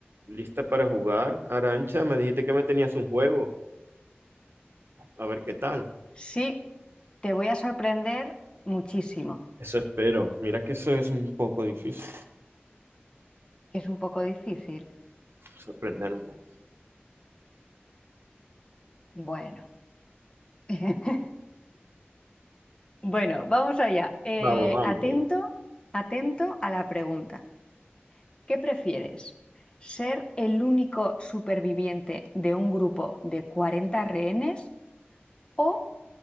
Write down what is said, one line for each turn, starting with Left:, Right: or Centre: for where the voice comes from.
Right: ¿Lista para jugar? Arancha, me dijiste que me tenías un juego. A ver qué tal.
Left: Sí, te voy a sorprender muchísimo,
Right: Eso espero. Mira que eso es un poco difícil.
Left: que es un poco difícil.
Right: Sorprenderme.
Left: Bueno, <laughs> bueno, vamos allá. Eh,
Right: Vamos, vamos,
Left: atento,
Right: vamos.
Left: atento a la pregunta. ¿Qué prefieres? ¿Ser el único superviviente de un grupo de 40 rehenes o